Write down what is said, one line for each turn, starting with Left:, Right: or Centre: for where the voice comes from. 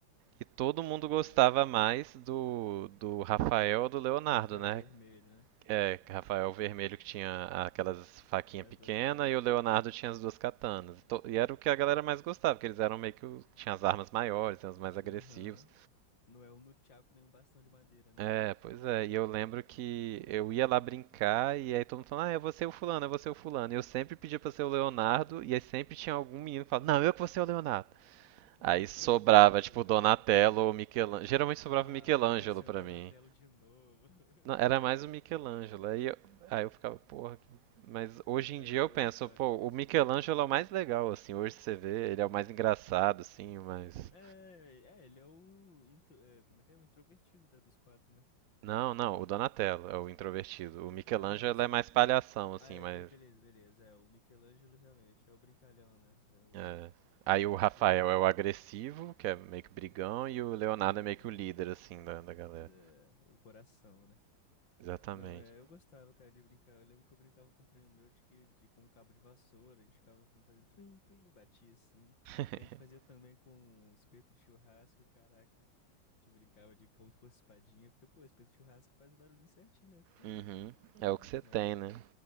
Right: E todo mundo
Left: Pode
Right: gostava
Left: crer.
Right: mais do, do Rafael ou do Leonardo,
Left: Rafael
Right: né?
Left: Vermelho, né?
Right: É, Rafael Vermelho que tinha aquelas faquinhas
Left: As
Right: pequenas
Left: duas adagas.
Right: e o Leonardo tinha as duas katanas. E To- E era o que a galera mais gostava, porque eles eram meio que o... tinha as armas maiores, eram os mais
Left: Os-
Right: agressivos.
Left: Aham. Não é um nunchaku nem um bastão de madeira, né?
Right: É, pois é. E eu lembro que eu ia lá brincar e aí todo mundo falando, ah, eu vou ser o fulano, eu vou ser o fulano. E eu sempre pedia pra ser o Leonardo e aí sempre tinha algum menino que falava, não, eu que vou ser o Leonardo.
Left: <laughs>
Right: Aí sobrava, tipo,
Left: Não é lá
Right: Donatello
Left: não.
Right: ou Michelangelo. Geralmente sobrava
Left: Ah,
Right: Michelangelo
Left: vou ter que ser
Right: pra
Left: o Donatello
Right: mim.
Left: de novo. <laughs>
Right: Não, era mais o Michelangelo. Aí eu, aí eu ficava, porra. que- Mas hoje
Left: Ah,
Right: em dia
Left: eu,
Right: eu
Left: eu
Right: penso,
Left: gostava
Right: pô,
Left: de brincar
Right: o
Left: dessa
Right: Michelangelo
Left: brincadeira.
Right: é o mais legal, assim. Hoje você vê, ele é o mais engraçado, assim, o mais.
Left: É, é, ele é o. intro- é, como é que é? O introvertido da- dos quatro, né?
Right: Não, não, o Donatello é o introvertido. O Michelangelo
Left: Ah, não, sim.
Right: é mais palhação, assim,
Left: Ah, é,
Right: mas.
Left: be- beleza, beleza. É, o Michelangelo realmente é o brincalhão, né? É o.
Right: é. Aí o Rafael
Left: Realmente.
Right: é o agressivo, que é meio que brigão, e o Leonardo
Left: É,
Right: é meio que o líder, assim, da, da galera.
Left: é, o coração, né?
Right: Exatamente.
Left: Não, é, eu gostava, cara, de brincar. Eu lembro que eu brincava com um primo meu de que de, com um cabo de vassoura, a gente ficava fa- fazendo twin, twin, batia assim.
Right: <laughs>
Left: A gente fazia também com um espeto de churrasco, caraca. A gente brincava de como se fosse espadinha, porque, pô, espeto de churrasco faz o barulhinho certinho, né? Twin,
Right: Uhum.
Left: twin. Pô,
Right: É
Left: é
Right: o
Left: muito
Right: que você tem,
Left: maneiro.
Right: né?